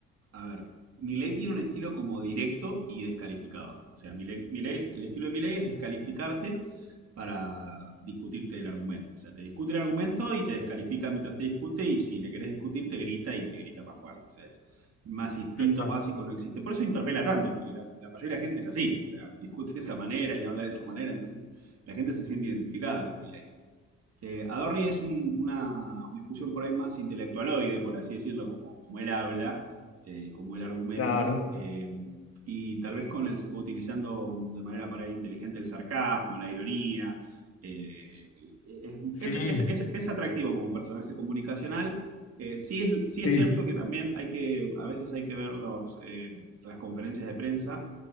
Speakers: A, on the right (about 55°); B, on the left (about 50°).
A: a ver, Milei tiene un estilo como directo y descalificador. O sea, Milei, Milei es- el estilo de Milei es descalificarte para discutirte el argumento. O sea, te discute el argumento y te descalifica mientras te discute y si le querés discutir te grita y te grita más fuerte. O sea, más instinto
B: Exacto.
A: básico no existe. Por eso interpela tanto, porque la, la, mayoría de la gente es así, o sea, discute de esa manera y habla de esa manera, entonces la gente se siente identificada con Milei. Eh, Adorni es un- una discusión por ahí más intelectualoide, por así decirlo, como, como él habla eh, y como él argumenta,
B: Claro.
A: eh, y tal vez con el, utilizando de manera para ahí inteligente el sarcasmo, la ironía. eh, es,
B: Sí.
A: es- es- es- es atractivo como personaje comunicacional. Eh, sí, es, sí
B: Sí,
A: es cierto que también hay que, a veces hay que ver los, eh, las conferencias de prensa